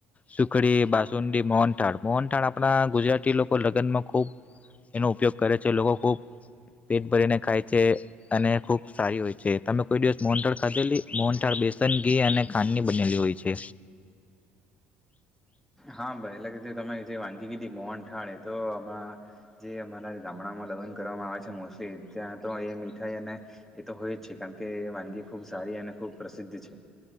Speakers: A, on the left; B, in the centre.
A: સુખડી બાસુંદી મોહનથાળ મોહનથાળ આપણા ગુજરાતી લોકો લગ્નમાં ખૂબ એનો ઉપયોગ કરે છે લોકો ખૂબ પેટ ભરીને ખાય છે અને ખૂબ સારી હોય છે તમે કોઈ દિવસ મોહનથાળ ખાધેલી મોહનથાળ બેસન ઘી અને ખાંડની બનેલી હોય છે
B: હા ભાઈ એટલે કે તમે જે વાનગી કીધી મોહનથાળ એતો આમાં જે અમારા ગામડામાં લગ્ન કરવામાં આવે છે ત્યાં તો એ મીઠાઈ અને એ તો હોય જ છે કારણ કે વાનગી ખૂબ સારી અને ખૂબ પ્રસિદ્ધ છે